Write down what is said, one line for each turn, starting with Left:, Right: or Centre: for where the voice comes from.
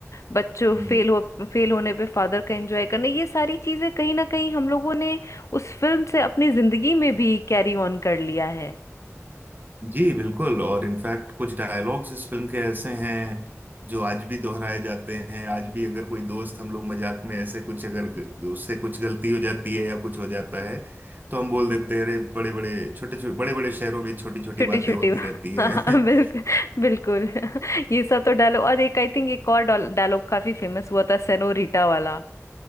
Left: बच्चों
Right: हम्म
Left: फेल हो फेल होने पे फादर का एंजॉय करना ये सारी चीजें कहीं ना कहीं हम लोगों ने उस फिल्म से अपनी जिंदगी में भी कैरी ऑन कर लिया है
Right: जी बिल्कुल और इनफैक्ट कुछ डायलॉग्स इस फिल्म के ऐसे हैं जो आज भी दोहराए जाते हैं आज भी अगर कोई दोस्त हम लोग मजाक में ऐसे कुछ अगर ग- उससे कुछ गलती हो जाती है या कुछ हो जाता है तो हम बोल देते हैं अरे बड़े बड़े छोटे छोटे बड़े बड़े शहरों में छोटी छोटी
Left: छोटी
Right: बातें
Left: छोटी
Right: होती
Left: <laughs>
Right: रहती हैं
Left: हाँ, बिल्कुल
Right: <laughs>
Left: बिल्कुल <laughs> ये सब तो डायलॉग और एक आई थिंक एक और डायलॉग काफी फेमस हुआ था सेनोरिटा वाला